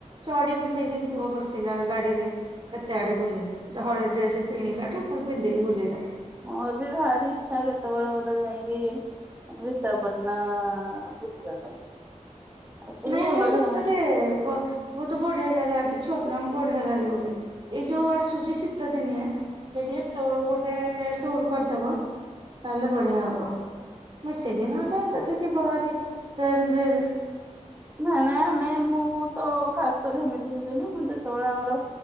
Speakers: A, on the right; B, on the right.
A: ଚଡି ପିନ୍ଧିକି ପୁଅ ବସିଲା ଗାଡିରେ। କେତେ ଆଡେ ବୁଲିଲା। ହଳେ ଡ୍ରେସ କିଣିଲାଠୁ ପୁଣି ପିନ୍ଧିକି ବୁଲିଲା।
B: ମୋର ବି ଭାରି ଇଛା କେତେବେଳେ ଗୋଟେ ଯାଇକି ବିଶାଖାପାଟଣା ବୁଲିବା ପାଇଁ। ଆକ୍ଚୁଆଲି
A: ନାଇଁ
B: ଭଲ
A: ହଉଁ ସତରେ
B: ଯା ହଁ
A: ଦ। ବହୁତ ବଢିଆ ଜାଗା ଅଛି। ଛୁଆପିଲାଙ୍କୁ ବଢିଆ ଲାଗିବ ବି। ଏଇ ଯୋଉ ଆସୁଛି ଶୀତ ଦିନିଆ। ଯଦି ହେତେବେଳୁ ଗୋଟେ ଟୁର କରିଦବ ତାହଲେ ବଢିଆ ହବ। ମିଶିକି ନହେଲେ ଯଦି ଯିବ ଭାରି ଟ୍ରେନରେ ବି।
B: ନାଇଁ ନାଇଁ ଆମେ ମୁଁ ତ ଖାସ କରି ସେମିତି ଯିବିନି। ମୁଁ ଯେତେବେଳେ ଆମର